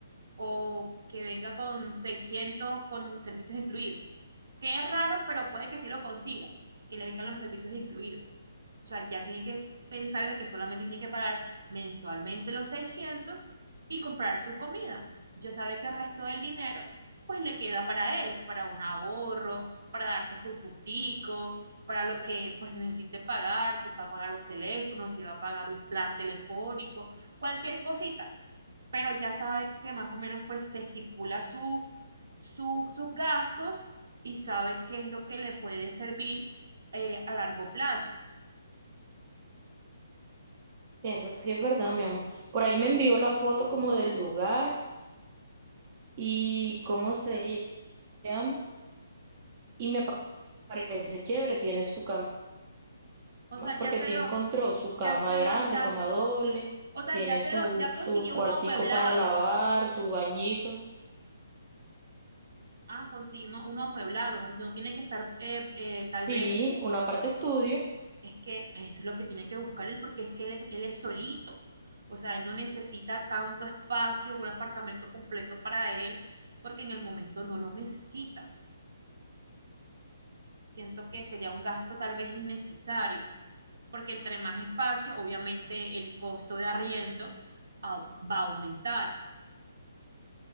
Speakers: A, on the right; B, on the right.
A: o que venga con 600 con servicios incluidos. que es raro, pero puede que sí lo consiga, que le vengan los servicios incluidos. O sea, ya tienen que pensar de que solamente tienen que pagar mensualmente los 600 y comprar su comida. Ya sabe que el resto del dinero, pues le queda para él, para un ahorro, para darse su gustico, para lo que pues necesite pagar, si va a pagar un teléfono, si va a pagar un plan telefónico, cualquier cosita pero ya sabe que más o menos pues se estipula su, su- sus gastos y sabe qué es lo que le puede servir eh, a largo plazo.
B: eso sí es verdad, mi amor. Por ahí me envió la foto como del lugar y cómo se llama. Y me pa- parece chévere, tiene su cama,
A: O sea,
B: porque
A: ya se
B: sí
A: lo,
B: encontró su cama
A: ya se
B: grande,
A: lo están,
B: cama doble,
A: o sea,
B: tiene
A: ya se
B: su,
A: lo, ya
B: su
A: consiguió
B: cuartico
A: uno amueblado.
B: para lavar, su bañito.
A: Ah, consiguió uno, uno amueblado. No no tiene que estar, eh, eh, tal
B: Sí,
A: vez,
B: una parte estudio,
A: es que es lo que tiene que buscar él, porque es que él es, él es solito. O sea, él no necesita tanto espacio, un apartamento completo para él, porque en el momento no lo necesita. Siento que sería un gasto tal vez innecesario, porque entre más espacio, obviamente el costo de arriendo, ah, va a aumentar.